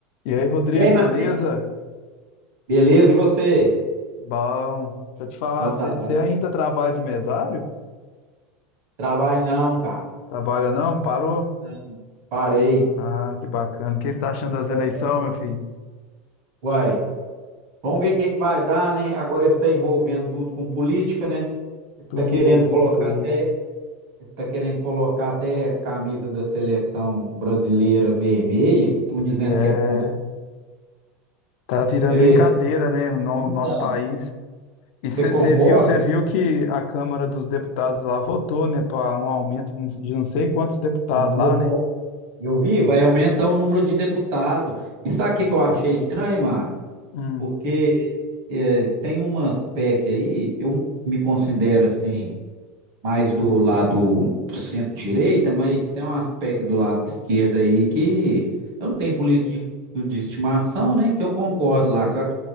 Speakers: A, on the left (about 60°); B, on the right (about 55°).
A: E aí, Rodrigo,
B: E aí, Marcinho?
A: beleza?
B: Beleza, e você?
A: Bom, deixa eu te falar,
B: Então
A: você
B: tá bom.
A: ainda trabalha de mesário?
B: Trabalho não, cara.
A: Trabalha não? Parou?
B: Não, Parei.
A: Ah, que bacana. O que você está achando das
B: quero-
A: eleições, meu filho?
B: Uai. Vamos ver o que é que vai dar, né? Agora você está envolvendo tudo com política, né? Você
A: Tudo
B: Está querendo
A: envolvido
B: colocar
A: com política.
B: até, está querendo colocar até camisa da seleção brasileira vermelha. Estão dizendo
A: É,
B: que é por conta. de
A: tá virando
B: Você,
A: brincadeira, né, no
B: Então,
A: nosso país. E
B: você
A: você
B: concorda?
A: viu, você viu que a Câmara dos Deputados lá votou, né, para um aumento de não sei quantos deputados
B: no-
A: lá, né?
B: Eu vi, vai aumentar o número de deputados. E sabe o que que eu achei estranho, Márcio?
A: Hum,
B: porque é, tem umas PEC aí, eu me considero assim, mais do lado centro-direita, mas tem umas PEC do lado de esquerda aí que eu não tenho política de, de estimação, né? Que eu concordo
A: uhum,
B: lá, com a,